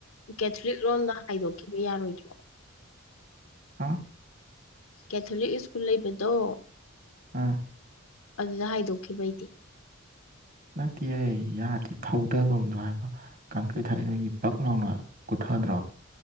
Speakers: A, on the left; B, on the right.
A: ꯀꯦꯊꯂꯤꯛ ꯔꯣꯝꯗ ꯍꯥꯏꯗꯣꯛꯈꯤꯕ ꯌꯥꯔꯣꯏꯗ꯭ꯔꯣ
B: ꯍꯥꯎ
A: ꯀꯦꯊꯂꯤꯛ ꯁ꯭ꯀꯨꯜ ꯂꯩꯕꯗꯣ
B: ꯑꯥ
A: ꯑꯗꯨꯗꯥ ꯍꯥꯏꯗꯣꯛꯈꯤꯕꯩꯗꯤ
B: ꯅꯠꯇꯤꯌꯦ ꯌꯥꯗꯦ ꯊꯧꯙꯐꯝꯗꯣ ꯍꯥꯏꯕꯥ ꯀꯪꯀ꯭ꯔꯤꯠ ꯊꯥꯗꯔꯤꯕꯒꯤ ꯕꯛ ꯂꯥꯎꯅ ꯀꯨꯊ <inaudible>